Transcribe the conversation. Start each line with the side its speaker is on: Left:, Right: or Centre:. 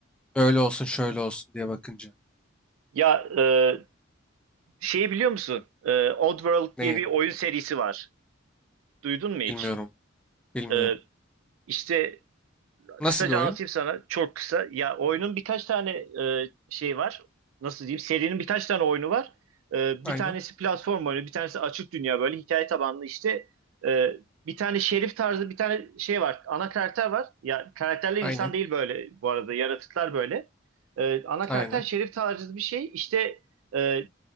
Centre: Böyle olsun şöyle olsun diye bakınca.
Right: Ya e, şeyi biliyor musun? E, Oddworld
Centre: Neyi?
Right: diye bir oyun serisi var. Duydun mu hiç?
Centre: Bilmiyorum. Bilmiyorum.
Right: E, işte
Centre: Nasıl
Right: kısaca
Centre: bir oyun?
Right: anlatayım sana çok kısa. Ya oyunun birkaç tane e, şey var. Nasıl diyeyim? Serinin birkaç tane oyunu var. E,
Centre: Aynen.
Right: bir tanesi platform oyunu, bir tanesi açık dünya böyle hikaye tabanlı işte. E, bir tane şerif tarzı bir tane şey var. Ana karakter var. Ya karakterler
Centre: Aynen.
Right: insan değil böyle bu arada. Yaratıklar böyle. E, ana karakter
Centre: Aynen.
Right: şerif tarzı bir şey. İşte e,